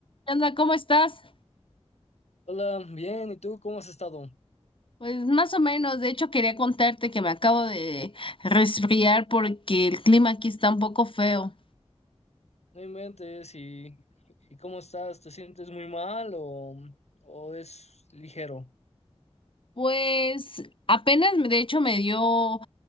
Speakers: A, on the left; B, on the left.
A: ¿Qué onda? ¿Cómo estás?
B: Hola, bien, ¿y tú cómo has estado?
A: Pues más o menos, de hecho quería contarte que me acabo de resfriar porque el clima aquí está un poco feo.
B: No inventes, ¿y, y cómo estás? ¿Te sientes muy mal o, o es ligero?
A: Pues apenas, de hecho, me dio